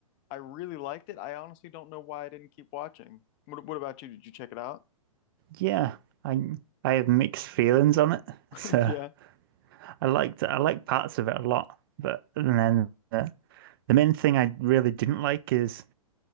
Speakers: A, on the left; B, on the right.
A: I really liked it. I honestly don't know why I didn't keep watching. What what about you? Did you check it out?
B: Yeah, I I have mixed feelings on it. <laughs>
A: <laughs>
B: So
A: Yeah.
B: I liked I like parts of it a lot, but and then uh, the main thing I really didn't like is